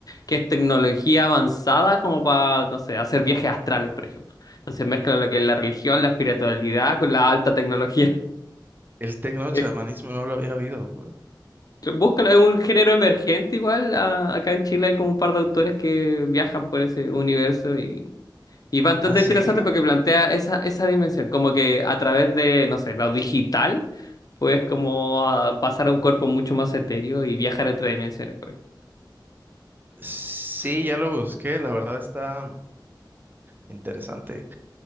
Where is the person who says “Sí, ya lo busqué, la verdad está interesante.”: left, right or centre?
Right